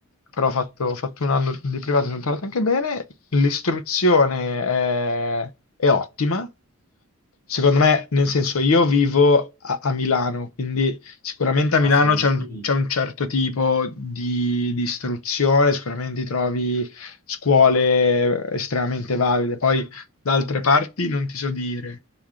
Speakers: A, on the left (about 70°); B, on the left (about 40°).
A: però ho fatto, ho fatto un anno di privata e sono trovato anche bene, l'istruzione è, è ottima, secondo me, nel senso io vivo a, a Milano, quindi sicuramente a Milano
B: Ah, siamo
A: c'è
B: vicini.
A: un, c'è un certo tipo di, di istruzione, sicuramente ti trovi scuole estremamente valide, poi da altre parti non ti so dire.